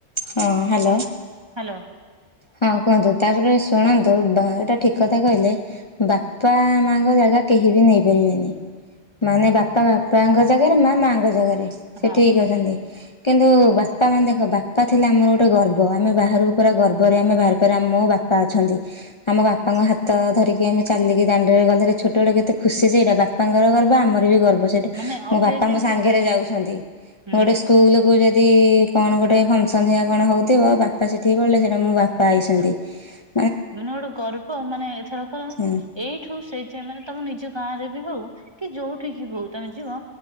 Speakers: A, on the left; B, on the right.
A: ହଁ ହାଲୋ
B: ହାଲୋ
A: ହଁ କୁହନ୍ତୁ ତାପରେ ଶୁଣନ୍ତୁ ଏଇଟା ଠିକ କଥା କହିଲେ ବାପା ମାଙ୍କ ଜାଗା କେହି ବି ନେଇପାରିବେନି ମାନେ ବାପା ବାପାଙ୍କ ଜାଗାରେ ମା ମାଙ୍କ ଜାଗାରେ। ସେ
B: ହଁ
A: ଠିକ ଅଛନ୍ତି। କିନ୍ତୁ ବାପା ମାନେ ଦେଖ ବାପା ଥିଲେ ଆମର ଗୋଟେ ଗର୍ବ ଆମେ ବାହାରକୁ ପୁରା ଗର୍ ଆମ ଘରେ ଆମ ବାହାରିପାର ମୋ ବାପା ଅଛନ୍ତି ।ଆମ ବାପାଙ୍କ ହାତ ଧରିକି ଆମେ ଚାଲିକି ଦାଣ୍ଡରେ ଗଲେବି, ଛୋଟବେଳେ କେତେ ଖୁସି ଯେ ସେଇଟା ବାପାଙ୍କର ଗର୍ବ ଆମର ବି ଗର୍ବ । ହଁ ସେଇଟା
B: ମାନେ
A: ମୋ
B: ଅବେ
A: ବାପା
B: ଯେମିତି
A: ମୋ ସାଙ୍ଗରେ ଯାଉଛନ୍ତି
B: ହୁଁ
A: ।ମୁଁ ଗୋଟେ ସ୍କୁଲକୁ ଯେଦି ଯଦି କଣ ଗୋଟେ ଫଙ୍କସନ ହେରିକା କଣ ହଉଥିବ ବାପା ସେଠିକି ପଳେଇଲେ ମୋ ବାପା ଆଇଛନ୍ତି ।
B: ମାନେ ଗୋଟେ ଗର୍ବ ମାନେ ଏଥରକ
A: ହଁ
B: ଏଇଠୁ ସେ ଯ ମାନେ ତମ ନିଜ ଗାଁ ରେ ବି ହଉ । କି ଯୋଉଠିକି କି ବି ହଉ ତମେ ଯିବ